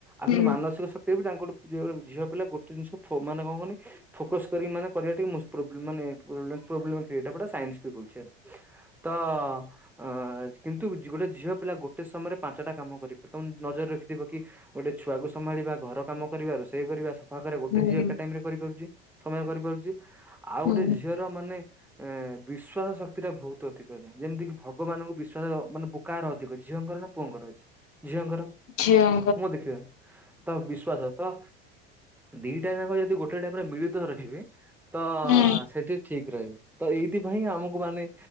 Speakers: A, in the centre; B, on the left.
A: ଆଉ
B: ହୁଁ।
A: କିନ୍ତୁ ମାନସିକ ଶ ସେ ବି <unintelligible> ପ୍ରିୟ ଝିଅ ପିଲା ଗୋଟେ ଜିନିଷ ଫୁ ମାନେ କଁ କନି ଫୋକସ କରିବ ମାନେ <unintelligible> ମୁସ୍କିଲ ମାନେ <unintelligible> ତ ଅ କିନ୍ତୁ ଗୋଟେ ଝିଅ ପିଲା ଗୋଟେ ସମୟରେ ପାଞ୍ଚଟା କାମ କରିବ ତମେ ନଜର ରଖିଥିବ କି। ଗୋଟେ ଛୁଆକୁ ସମ୍ଭାଳିବା ଘର କାମ କରିବା ରୋଷେଇ କରିବା ସ ପାଖରେ ଗୋଟେ
B: ହୁଁ
A: ଝିଅ ଏକା ଟାଇମ୍ ରେ କରିପାରୁଚି ସମୟ କରିପାରୁଚି ଆଉ
B: ହୁଁ।
A: ଗୋଟେ ଝିଅ ର ମାନେ ଏ ବିଶ୍ଵାସ ଶକ୍ତି ଟା ବହୁତ ଅଧିକ ହେଇଯାଏ ଯେମିତିକି ଭ ଲୋକ ମାନଙ୍କୁ ବିଶ୍ୱାସ ମାନେ ପୋ କାର ଅଧିକ ଝିଅଙ୍କର ନା ପୁଅଙ୍କର ଅଛି ଝିଅଙ୍କର।
B: ଝିଅ
A: ମୁଁ ଦେଖିବା ତ ବିଶ୍ଵାସ ତ ଦିଟା ଜାକ ଯଦି ଗୋ ଟେ ଟା ପୁରା ମିଳିତ ରଖିବେ ତ
B: ହୁଁ
A: ସେଠି ଠିକ୍ ରହିବ ତ ଏଇଥିପାଇଁ ଆମକୁ ମାନେ